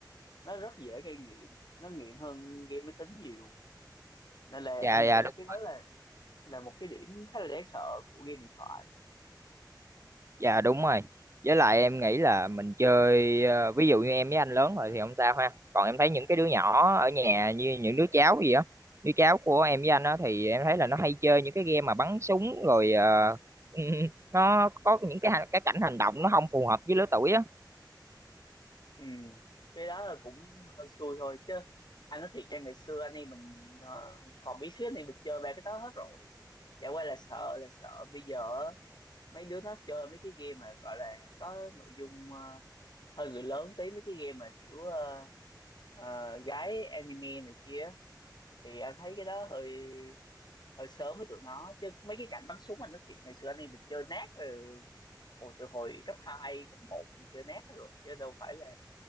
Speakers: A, on the left; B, on the right.
A: nó rất dễ gây nghiện nó nghiện hơn game máy tính nhiều nên là
B: Dạ
A: anh
B: dạ
A: nghĩ là
B: đúng.
A: cái đó là là một cái điểm khá là đáng sợ của game điện thoại
B: Dạ đúng rồi. Với lại em nghĩ là mình chơi ờ, ví dụ như em với anh lớn rồi thì không sao ha. Còn em thấy những cái đứa nhỏ ở nhà như những đứa cháu gì á, đứa cháu của em với anh á thì em thấy là nó hay chơi những cái game mà bắn súng rồi ờ, <laughs> nó có những cái hành- cái cảnh hành động nó không phù hợp với lứa tuổi á.
A: Ừ, cái đó là cũng hơi xui thôi chứ anh nói thiệt cho ngày xưa anh em mình ờ, còn bí xíu anh em mình chơi ba cái đó hết rồi chả qua là sợ là sợ bây giờ á, mấy đứa nó chơi mấy cái game mà gọi là có nội dung ờ, hơi người lớn tí mấy cái game mà kiểu ờ, ờ, gái anime này kia thì anh thấy cái đó hơi hơi sớm với tụi nó chứ mấy cái cảnh bắn súng anh nói thiệt ngày xưa anh em mình chơi nát rồi hồi từ hồi cấp 2 cấp một mình chơi nát rồi chứ đâu phải là